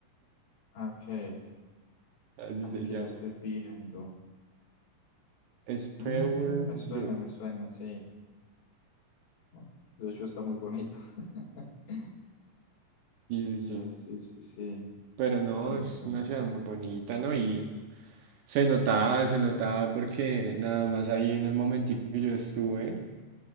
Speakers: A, on the left; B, on the right.
A: Ok.
B: así
A: Aquí
B: se llama.
A: lo estoy viendo.
B: Spreeuwer
A: Mm, me suena,
B: Brook,
A: me suena, sí. ¿no? De hecho, está muy bonito. <laughs>
B: sí,
A: ¿Ves?
B: sí, sí.
A: Sí, sí, sí.
B: Pero no,
A: Sí, me
B: es
A: suena.
B: una ciudad muy bonita, ¿no? Y se notaba, se notaba porque nada más ahí en el momentico que yo estuve.